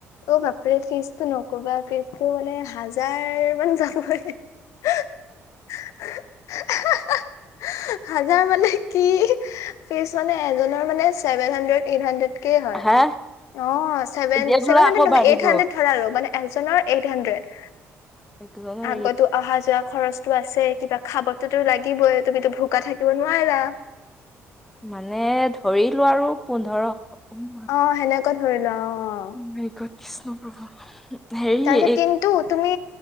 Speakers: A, on the left; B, in the centre.
A: অ বাপৰে ফিজটো নকবা ফিজটো মানে হাজাৰ মান যাবই। হাঁ হাঁ। হাজাৰ মানে কি ফিজ মানে এজনৰ মানে ছেভেন হানড্ৰেড এইট হানড্ৰেড। কেই হয়।
B: হা
A: অঁ ছেভেন
B: এতিয়া
A: ছেভেন
B: বোলে
A: হানড্ৰেড
B: আকৌ
A: নহয়
B: বাঢ়িব
A: এইট হানড্ৰেড ধৰা আৰু মানে এজননৰ এইট হানড্ৰেড।
B: একজনৰ
A: আকতো
B: এই
A: অহা যোৱা খৰচ- টো আছেই কিবা খাবতোটো লাগিবই তুমিতো ভোকা থাকিব নোৱাৰা।
B: মানে ধৰিলো আৰু পোন্ধৰশ উম।
A: অঁ অঁ হেনেকুৱা ধৰি লোৱা অঁ'
B: উম' গড কৃষ্ণ প্ৰভু। হেৰি
A: তাপিছত
B: এই
A: কিন্তু তুমি